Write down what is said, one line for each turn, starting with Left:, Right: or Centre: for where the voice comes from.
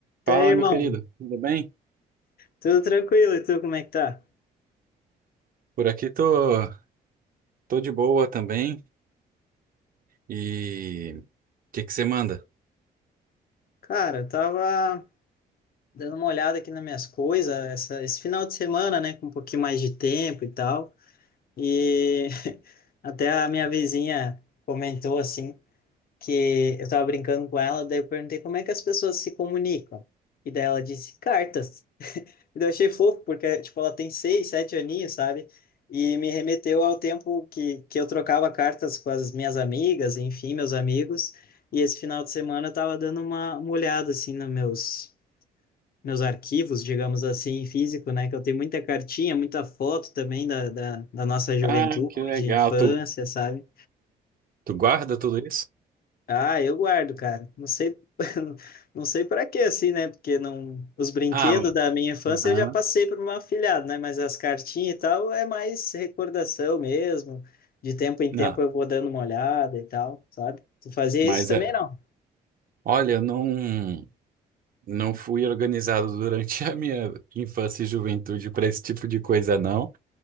Right: Fala,
Left: E aí, irmão?
Right: meu querido, tudo bem?
Left: Tudo tranquilo? E tu, como é que tá?
Right: Por aqui tô, tô de boa também. E o que que você manda?
Left: Cara, eu tava dando uma olhada aqui nas minhas coisas essa- esse final de semana, né? Com um pouquinho mais de tempo e tal. E <laughs> até a minha vizinha comentou, assim, que eu tava brincando com ela, daí eu perguntei como é que as pessoas se comunicam. E daí ela disse cartas. E daí Eu achei fofo, porque, tipo, ela tem seis, sete aninhos, sabe? E me remeteu ao tempo que, que eu trocava cartas com as minhas amigas, enfim, meus amigos. E esse final de semana eu tava dando uma, uma olhada, assim, nos meus, meus arquivos, digamos assim, físico, né? Que eu tenho muita cartinha, muita foto também da, da, da nossa juventude,
Right: Ah, que legal.
Left: infância,
Right: Tu,
Left: sabe?
Right: tu guarda tudo isso?
Left: Ah, eu guardo, cara. Não sei, <laughs> não sei para quê, assim, né? Porque não, os brinquedos
Right: Ah,
Left: da minha infância
Right: aham.
Left: eu já passei para uma meu afilhado, né? Mas as cartinhas e tal é mais recordação mesmo. De tempo em
Right: Não,
Left: tempo eu vou dando uma olhada e tal, sabe? Tu fazia
Right: mas
Left: isso também,
Right: é.
Left: não?
Right: Olha, eu não, não fui organizado durante <laughs> a minha infância e juventude para esse tipo de coisa, não.